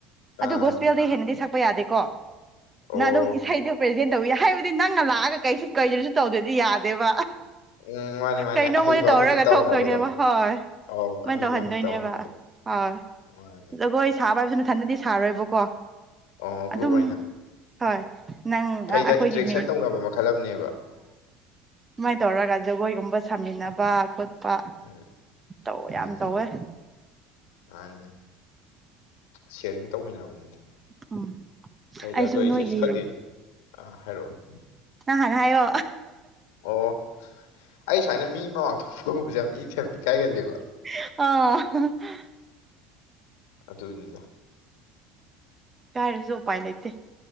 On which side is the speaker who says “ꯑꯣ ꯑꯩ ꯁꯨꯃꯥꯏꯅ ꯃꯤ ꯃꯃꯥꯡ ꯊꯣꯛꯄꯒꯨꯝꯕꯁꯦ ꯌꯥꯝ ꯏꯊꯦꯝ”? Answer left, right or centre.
Left